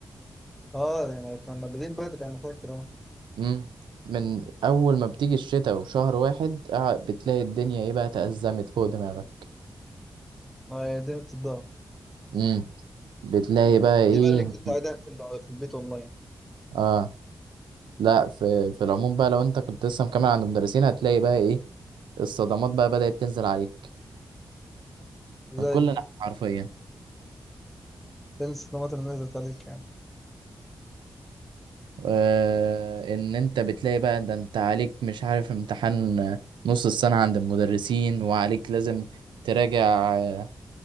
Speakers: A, in the centre; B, on the right.
A: اه يعني كنا بادئين بدري انا فاكر اه
B: امم من اول ما بتيجي الشتاء وشهر واحد آه، بتلاقي الدنيا ايه بقى تأزمت فوق دماغك
A: ما هي الدنيا بتتدهور
B: امم بتلاقي بقى ايه
A: دي بقى اللي كنت قاعدها في ال- في البيت اونلاين
B: اه لا في في العموم بقى لو انت كنت لسه مكمل عند مدرسين هتلاقي بقى ايه الصدمات بقى بدأت تنزل عليك
A: ازاي
B: من كل ناحية حرفيا
A: تنسى الطماطم اللي نزلت عليك يعني
B: آه، ان انت بتلاقي بقى ده انت عليك مش عارف امتحان آه، نص السنة عند المدرسين وعليك لازم تراجع آه،